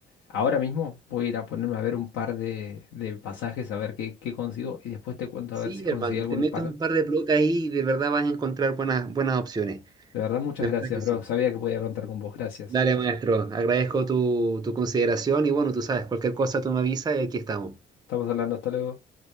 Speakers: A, on the left; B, on the right.
A: Ahora mismo voy a ir a ponerme a ver un par de, de pasajes, a ver qué, qué consigo y después te cuento
B: sí,
A: a ver si conseguí
B: hermano,
A: algún
B: te metes
A: par.
B: un par de bloques ahí y de verdad vas a encontrar buenas, buenas opciones.
A: De verdad, muchas
B: De
A: gracias,
B: verdad que
A: bro.
B: sí.
A: Sabía que podía contar con vos. Gracias.
B: Dale, maestro. Agradezco tu, tu consideración y bueno, tú sabes, cualquier cosa tú me avisas y aquí estamos.
A: Estamos hablando, hasta luego.